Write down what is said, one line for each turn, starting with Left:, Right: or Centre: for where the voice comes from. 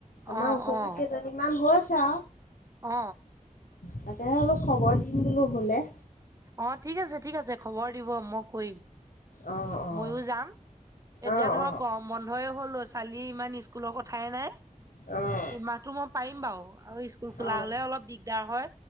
Left: আমাৰ
Right: অ',
Left: ওচৰত
Right: অ',
Left: কেইজনীমান হ চা
Right: অ।
Left: তাকে অলপ খবৰ দিম বোলো হ'লে।
Right: অ ঠিক আছে ঠিক আছে খবৰ দিব মই কৰিম।
Left: অ' অ',
Right: ময়ো যাম। এতিয়া
Left: অ',
Right: ধৰক
Left: অ',
Right: গৰম বন্ধই হ'লছে কালি ইমান স্কুলৰ কথাই নাই।
Left: অ।
Right: এইমাহতটো মই পাৰিম বাৰু আৰু স্কুল খোলা
Left: অ', অ', অ',
Right: হলে অলপ দিগদাৰ হয়